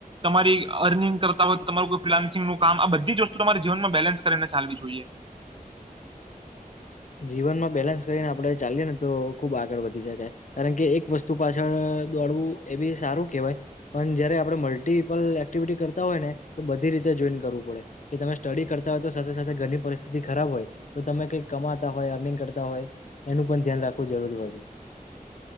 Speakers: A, on the right; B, on the left.
A: તમારી અર્નિંગ કરતા હોય તો તમારું ફિલાન્સિંગનું કામ આ બધી જ વસ્તુ તમારી જીવનમાં બેલેન્સ કરીને ચાલવી જોઈએ
B: જીવનમાં બેલેન્સ કરીને આપડણે ચાએ ને તો ખૂબ આગળ વધી શકાય કારણ કે એક વસ્તુ પાછળ દોડવું એ બી સારું કહેવાય પણ જયારે આપણે મલ્ટિપલ એક્ટિવિટી કરતા હોય ને તો બધી રીતે જોઈન કરવું પડે કે તમે સ્ટડી કરતા હોય તો સાથે સાથે ઘરની પરિસ્થિતિ ખરાબ હોય તો તમે કઈક કમાતા હોય અર્નિંગ કરતા હોય એનું પણ ધ્યાન રાખવું જરૂરી હોય છે